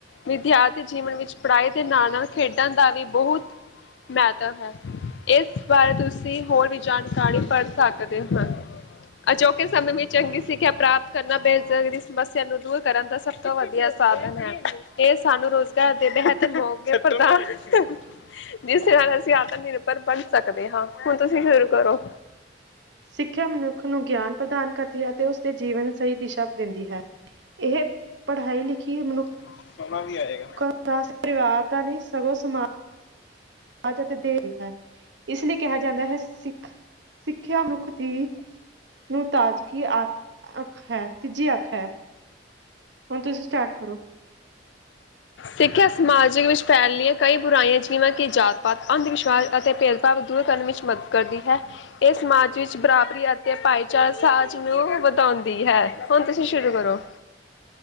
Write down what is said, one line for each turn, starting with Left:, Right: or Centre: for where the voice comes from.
Left: ਵਿਦਿਆਰਥੀ ਜੀਵਨ ਵਿੱਚ ਪੜ੍ਹਾਈ ਦੇ ਨਾਲ ਨਾਲ ਖੇਡਾਂ ਦਾ ਵੀ ਬਹੁਤ ਫਾਇਦਾ ਹੈ ਇਸ ਬਾਰੇ ਤੁਸੀ ਤੁਸੀ ਹੋਰ ਵੀ ਜਾਣਕਾਰੀ ਪੜ੍ਹ ਸਕਦੇ ਹੋ ਅਜੋਕੇ ਸਮੇਂ ਵਿੱਚ ਚੰਗੀ ਸਿੱਖਿਆ ਪ੍ਰਾਪਤ ਕਰਨਾ ਬੇਜ਼ਗਰੀ ਸਮੱਸਿਆ ਨੂੰ ਦੂਰ ਕਰਨ ਦਾ ਸਭ ਤੋਂ ਵਧੀਆ ਸਾਧਨ ਹੈ। ਇਹ ਸਾਨੂੰ ਰੁਜ਼ਗਾਰ ਦੇ ਰਿ ਤੇ <inaudible> ਜਿਸਦੇ ਨਾਲ ਅਸੀਂ ਆਤਮ ਨਿਰਭਰ ਬਣ ਸਕਦੇ ਹਾਂ ਹੁਣ ਤੁਸੀਂ ਸ਼ੁਰੂ ਕਰੋ।
Right: ਸਿੱਖਿਆ ਮਨੁੱਖ ਨੂੰ ਗਿਆਨ ਪ੍ਰਦਾਨ ਕਰਦੀ ਹੈ ਅਤੇ ਉਸਦੇ ਜੀਵਨ ਸਹੀ ਦਿਸ਼ਾ ਦਿੰਦੀ ਹੈ। ਇਹ ਪੜ੍ਹਾਈ ਲਿਖੀ ਮਨੁੱਖ
Left: <inaudible> ਸੋਨਾ ਵੀ ਆਏਗਾ।
Right: <inaudible> ਦਾਸ ਪਰਿਵਾਰ ਦਾ ਨ ਸਗੋਂ ਸਮਾਜ ਅਤੇ ਦੇ <unintelligible> ਵੀ ਹੈ ਇਸ ਲਈ ਕਿਹਾ ਜਾਂਦਾ ਹੈ ਸਿੱਖ ਸਿੱਖਿਆ ਮਨੁੱਖ ਦੀ ਮੁਤਾਜਕੀ ਆਖ ਅੱਖ ਹੈ ਤੀਜੀ ਅੱਖ ਹੈ। ਹੁਣ ਤੁਸੀਂ ਸਟਾਰਟ ਕਰੋ।
Left: ਸਿੱਖਿਆ ਸਮਾਜ ਵਿੱਚ ਫੈਲੀਆਂ ਕਈ ਬੁਰਾਈਆਂ 'ਚ ਜਿਵੇਂ ਕਿ ਜਾਤ ਪਾਤ ਅੰਧ ਵਿਸ਼ਵਾਸ ਅਤੇ ਭੇਦਭਾਵ ਦੂਰ ਕਰਨ ਵਿੱਚ ਮਦਦ ਕਰਦੀ ਹੈ ਇਹ ਸਮਾਜ ਵਿੱਚ ਬਰਾਬਰੀ ਅਤੇ ਭਾਈਚਾਰ ਸਾਜ ਨੂੰ ਵਧਾਉਂਦੀ ਹੈ ਹੁਣ ਤੁਸੀਂ ਸ਼ੁਰੂ ਕਰੋ।